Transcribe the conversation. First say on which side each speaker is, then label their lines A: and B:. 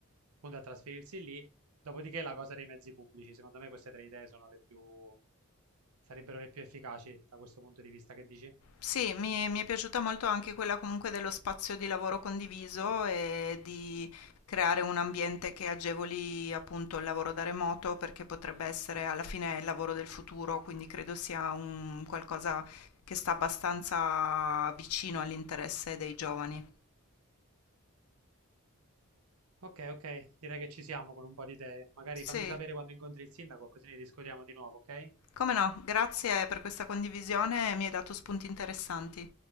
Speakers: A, on the right; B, on the left.
A: appunto, a trasferirsi lì Dopodiché la cosa dei mezzi pubblici, secondo me queste tre idee sono le più... sarebbero le più efficaci da questo punto di vista, che dici?
B: Sì, mi, mi è piaciuta molto anche quella comunque dello spazio di lavoro condiviso e di creare un ambiente che agevoli appunto il lavoro da remoto perché potrebbe essere alla fine il lavoro del futuro, quindi credo sia un qualcosa che sta abbastanza vicino all'interesse dei giovani.
A: Ok, ok, direi che ci siamo con un po' di idee. Magari
B: Sì,
A: fammi sapere quando incontri il sindaco, così ne discutiamo di nuovo, ok?
B: come no, grazie per questa condivisione, mi hai dato spunti interessanti.